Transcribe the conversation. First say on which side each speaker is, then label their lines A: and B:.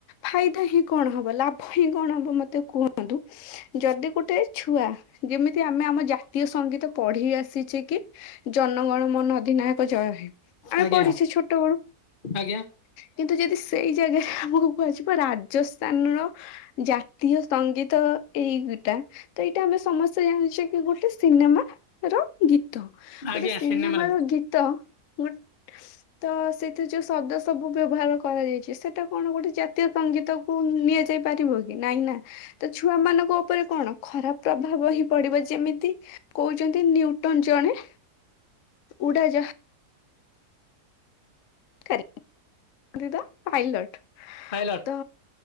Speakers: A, on the left; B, on the left.
A: ଫାଇଦା ହିଁ କଣ ହେବ ଲା ଭ କଣ ହବ ମତେ କୁହନ୍ତୁ ଯଦି ଗୋଟେ ଛୁଆ ଯେମିତି ଆମେ ଆମ ଜାତୀୟ ସଙ୍ଗୀତ ପଢି ଆସିଚେ କି ଜନଗଣ ମନ ଅଧିନାୟକ ଜୟ ହେ ଆମେ
B: ଆଜ୍ଞା
A: ପଢିଚେ ଛୋଟ ବେଳୁ
B: ଆଜ୍ଞା
A: କିନ୍ତୁ ଯଦି ସେଇ ଜାଗାରେ ଆମକୁ କୁହାଯିବ ରାଜସ୍ଥାନର। ଜାତୀୟ ସଙ୍ଗୀତ ଏଇ ଗୁଟା ତ ଏଇଟା ଆମେ ସମସ୍ତେ ଜାଣିଚେ ଗୋଟେ ସିନେମା ର ଗୀତ।
B: ଆଜ୍ଞା
A: ଗୋଟେ ସିନେମାର
B: ସିନେମାରେ
A: ଗୀତ ଗୋଟେ ତ ସେଥିରେ ଯୋଉ ଶବ୍ଦ ସବୁ ବ୍ୟବହାର କରାଯାଇଛି, ସେଟା କଣ ଗୋଟେ ଜାତୀୟ ସଙ୍ଗୀତ। ନିଆ ଯାଇ ପାରିବ କି? ନାଇଁ ନା, ତ ଛୁଆ ମାନଙ୍କ ଉପ ଉପରେ କଣ ଖରାପ ପ୍ରଭାବ ହିଁ ପଡିବ। ଯେମିତି କହୁଛନ୍ତି ନ୍ୟୁଟନ୍ ଜଣେ ଉଡ଼ାଯାହା। <unintelligible> ପାଇଲଟ୍।
B: ପାଇଲଟ୍।
A: ତ